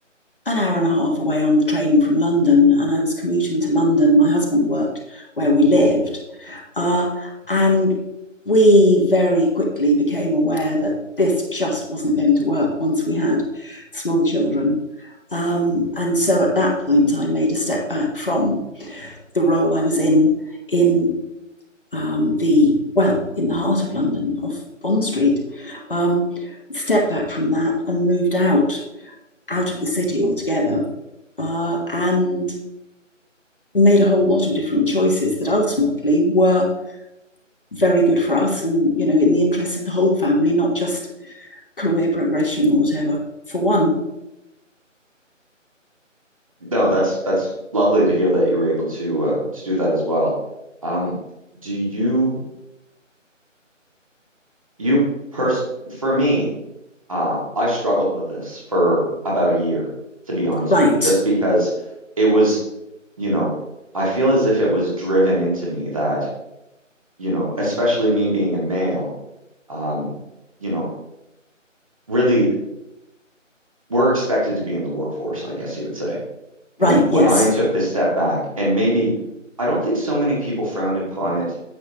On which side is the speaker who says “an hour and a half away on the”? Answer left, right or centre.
Left